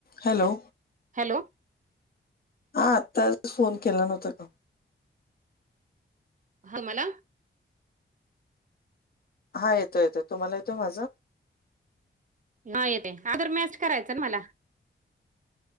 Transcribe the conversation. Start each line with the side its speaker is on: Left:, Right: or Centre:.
Left: हॅलो
Right: हॅलो
Left: हा आत्ताच फोन केला नव्हता का?
Right: हा मला?
Left: हा येतोय- येतोय तुम्हाला येतोय माझा
Right: हा येतय आदर -मॅच करायचं ना मला